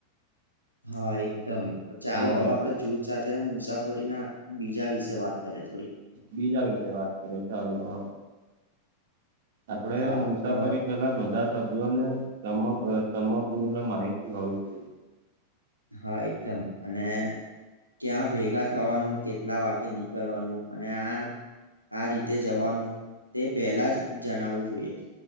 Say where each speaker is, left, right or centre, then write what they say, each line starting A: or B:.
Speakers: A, on the right; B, on the right.
A: હા એકદમ ચાલો
B: હા
A: હવ આપડે જૂથ... સાથે મુસાફરી ના બીજા વિશે વાત કરે થોડી...
B: બીજા વિશે વાત કરીએ ચાલો હા આપડે
A: હા
B: મુસાફરી
A: તો
B: પેલા બધા જ... સભ્યોને સંપૂર્ણ માહિતી હોવી જોઈએ.
A: હા એકદમ અને... ક્યાં ભેગા થવાનું કેટલા વાગે નીકળવાનું અને આ... આ રીતે જવાનું તે પેલા જ જણાવવું જોઈએ.